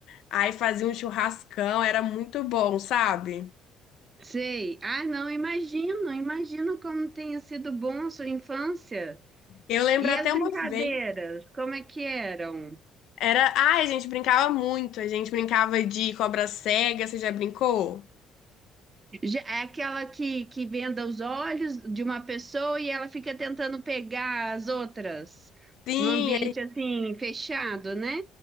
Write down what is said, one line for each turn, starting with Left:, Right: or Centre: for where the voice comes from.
Left: aí fazia um churrascão, era muito bom, sabe?
Right: sei. Ah, não, imagino, imagino como tenha sido bom a sua infância.
Left: Eu lembro
Right: E
Left: até
Right: as brincadeiras,
Left: uma vez.
Right: como é que eram?
Left: Era. Ai, a gente brincava muito. A gente brincava de cobra cega. Você já brincou?
Right: Já- É aquela que, que venda os olhos de uma pessoa e ela fica tentando pegar as outras
Left: Sim,
Right: num ambiente assim fechado, né?